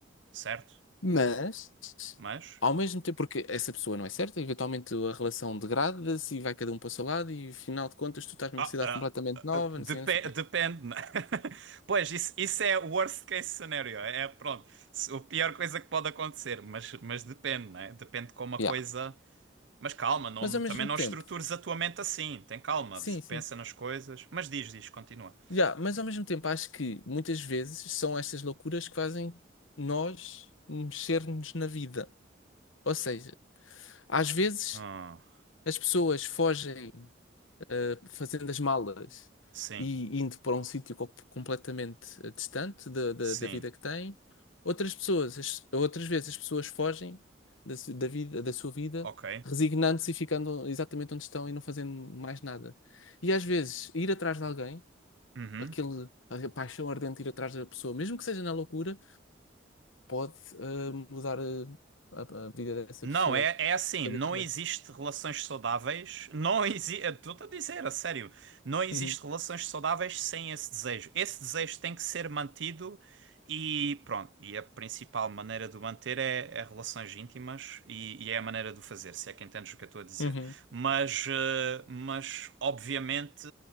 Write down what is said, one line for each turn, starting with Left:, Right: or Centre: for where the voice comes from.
Right: Certo.
Left: Mas,
Right: Mas.
Left: ao mesmo tempo, porque essa pessoa não é certa, eventualmente a relação degrada-se e vai cada um para o seu lado, e afinal de contas, tu estás numa
Right: Ah,
Left: cidade
Right: ah,
Left: completamente nova,
Right: ah, depe-
Left: não sei, não sei o que
Right: depende,
Left: mais.
Right: né? <laughs> Pois, isso, isso é o worst case scenario. É, é, pronto, se- a pior coisa que pode acontecer, mas, mas depende, né? Depende de como a
Left: Yeah.
Right: coisa. Mas calma, não,
Left: Mas ao
Right: também
Left: mesmo
Right: não
Left: tempo,
Right: estrutures a tua mente assim. Tem calma,
Left: sim, sim.
Right: pensa nas coisas. Mas diz, diz, continua.
Left: Yeah, mas ao mesmo tempo, acho que muitas vezes são estas loucuras que fazem nós mexer-nos na vida. Ou seja, às vezes
Right: Ah,
Left: as pessoas fogem. eh, fazendo as malas
Right: sim,
Left: e indo para um sítio co- completamente eh, distante da, da,
Right: sim,
Left: da vida que têm. Outras pessoas, as- outras vezes as pessoas fogem da, su- da vida, da sua vida,
Right: ok.
Left: resignando-se e ficando exatamente onde estão e não fazendo mais nada. E às vezes ir atrás de alguém,
Right: Uhum.
Left: aquele, a paixão ardente de ir atrás da pessoa, mesmo que seja na loucura, pode eh, mudar eh, a, a vida dessa
Right: Não,
Left: pessoa
Right: é, é assim,
Left: radicalmente.
Right: não existe relações saudáveis, não existe, estou a dizer, a sério, não existe
Left: Uhum,
Right: relações saudáveis sem esse desejo. Esse desejo tem que ser mantido e pronto, e a principal maneira de o manter é, é relações íntimas e, e é a maneira de o fazer, se é que entendes o que eu estou a dizer.
Left: uhum,
Right: Mas, eh, mas obviamente